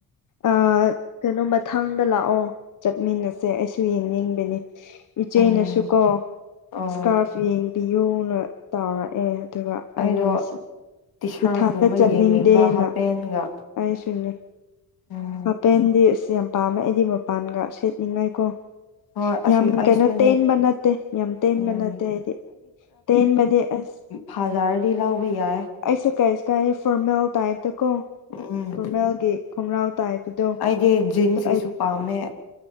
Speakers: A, on the left; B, on the left.
A: ꯑ ꯀꯩꯅꯣ ꯃꯊꯥꯡꯗ ꯂꯥꯛꯑꯣ ꯆꯠꯃꯤꯟꯅꯁꯦ ꯑꯩꯁꯨ ꯌꯦꯡꯅꯤꯡꯕꯅꯦ꯫ ꯏꯆꯦꯩꯅꯁꯨ
B: ꯎꯝ
A: ꯀꯣ
B: ꯑꯣ
A: ꯏꯁꯀꯥꯔꯐ ꯌꯦꯡꯕꯤꯌꯨꯅ ꯇꯧꯔꯛꯑꯦ ꯑꯗꯨꯒ ꯑꯩꯅ
B: ꯑꯩꯗꯣ
A: ꯉꯁꯤ
B: ꯇꯤ ꯁꯥꯔꯠꯒꯨꯝꯕ
A: ꯏꯊꯥꯗ ꯆꯠꯅꯤꯡꯗꯦꯅ
B: ꯌꯦꯡꯅꯤꯡꯕ ꯍꯥꯞꯄꯦꯟꯒ
A: ꯑꯁꯨꯅ
B: ꯎꯝ
A: ꯍꯥꯄꯗꯤꯁ ꯌꯥꯝ ꯄꯥꯝꯃꯦ ꯑꯩꯗꯤ ꯃꯄꯥꯟꯒ ꯁꯦꯠꯅꯤꯡꯉꯥꯏ ꯀꯣ
B: ꯍꯣꯏ ꯑꯁꯤ
A: ꯌꯥꯝ
B: ꯑꯩꯁꯨꯅꯦ
A: ꯀꯩꯅꯣ ꯇꯦꯟꯕ ꯅꯠꯇꯦ ꯌꯥꯝ ꯇꯦꯟꯕ
B: ꯎꯝ
A: ꯅꯠꯇꯦ ꯍꯥꯏꯗꯤ ꯇꯦꯟꯕꯗꯤ ꯑꯁ
B: ꯐꯥꯖꯔꯗꯤ ꯂꯧꯕ ꯌꯥꯏ
A: ꯑꯩꯁꯨ ꯀꯩꯁꯨ ꯀꯥꯏ ꯐꯣꯔꯃꯦꯜ ꯇꯥꯏꯞꯇ ꯀꯣ
B: ꯎꯝ
A: ꯐꯣꯔꯃꯦꯜꯒꯤ ꯈꯣꯡꯒ꯭ꯔꯥꯎ ꯇꯕꯗꯣ
B: ꯑꯩꯗꯤ ꯖꯤꯟꯁꯀꯤꯁꯨ
A: ꯑꯩ
B: ꯄꯥꯝꯃꯦ